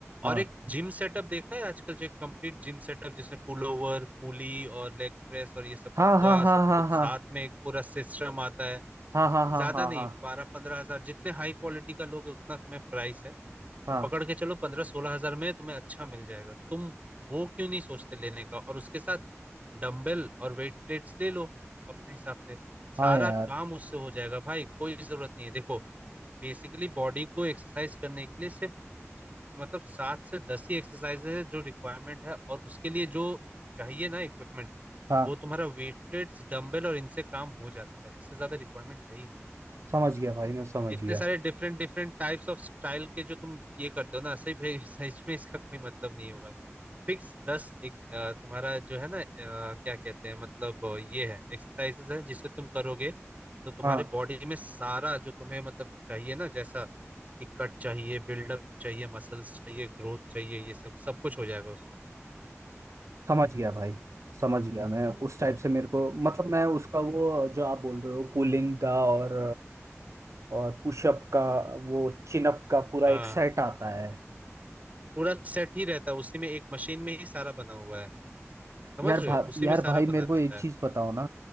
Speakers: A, on the right; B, on the right.
A: हाँ
B: और एक जिम सेटअप देखा है आजकल जो एक कंप्लीट जिम सेटअप जिसमें पुल ओवर पुली और लेग प्रेस और ये सब
A: हाँ हाँ
B: का
A: हाँ
B: सब
A: हाँ
B: कुछ
A: हाँ
B: साथ में एक पूरा सिस्टम आता है
A: हाँ हाँ हाँ
B: ज्यादा
A: हाँ
B: नहीं
A: हाँ
B: बारह पंद्रह हजार जितने हाई क्वालिटी का लोगे उतना तुम्हें प्राइस है
A: हाँ
B: और पकड़ के चलो पंद्रह सोलह हजार में तुम्हें अच्छा मिल जाएगा तुम वो क्यों नहीं सोचते लेने का और उसके साथ डंबल और वेट प्लेट्स ले लो अपने हिसाब से सारा
A: हाँ यार
B: काम उससे हो जाएगा भाई कोई जरूरत नहीं है देखो बेसिकली बॉडी को एक्सरसाइज करने के लिए सिर्फ मतलब सात से दस ही एक्सरसाइज है जो रिक्वायरमेंट है और उसके लिए जो चाहिए ना इक्विपमेंट
A: हाँ
B: वो तुम्हारा वेट प्लेट्स डंबल और इनसे काम हो जाता है इससे ज्यादा रिक्वायरमेंट है ही नहीं
A: समझ गया भाई मैं समझ
B: इतने
A: गया
B: सारे different different types of style के जो तुम ये करते हो ना सही भाई <laughs> सच में इसका कोई मतलब नहीं है भाई फिक्स दस एक, अ, तुम्हारा जो है ना अ, क्या कहते हैं मतलब अ, ये है एक्सरसाइजेस है जिसे तुम करोगे तो तुम्हारे
A: हाँ
B: बॉडी में सारा जो तुम्हें मतलब चाहिए ना जैसा कि कट चाहिए बिल्डअप चाहिए मसल्स चाहिए ग्रोथ चाहिए ये सब सब कुछ हो जाएगा उसमें
A: समझ गया भाई समझ गया मैं उस टाइप से मेरे को मतलब मैं उसका वो जो आप बोल रहे हो पुलिंग का और और पुशअप का वो चिनअप का पूरा
B: हाँ
A: एक सेट आता है
B: पूरा सेट ही रहता है उसी में एक मशीन में ही सारा बना हुआ है समझ
A: यार
B: रहे
A: भा,
B: हो उसी
A: यार
B: में सारा
A: भाई मेरे
B: बना रहता
A: को एक
B: है
A: चीज़ बताओ ना